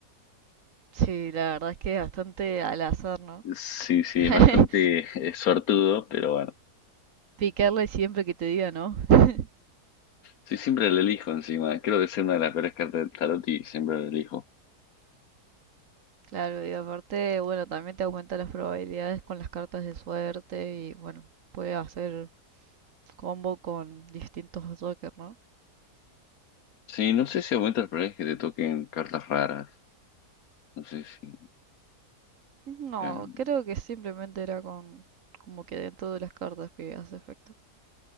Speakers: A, on the right; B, on the left.
A: Sí, la verdad es que es bastante al azar, ¿no?
B: Sí, sí,
A: <laughs>
B: es bastante <laughs> eh, suertudo, pero bueno.
A: Picarle siempre que te diga no. <laughs>
B: Sí, siempre la elijo encima. Creo que es una de las peores cartas de tarot y siempre la elijo.
A: Claro, y aparte, bueno, también te aumenta las probabilidades con las cartas de suerte y bueno, puede hacer combo con distintos Joker, ¿no?
B: Sí, no sé si aumenta las probabilidades que te toquen cartas raras. No sé si...
A: No,
B: em,
A: creo que simplemente era con como que dentro de las cartas que hace efecto.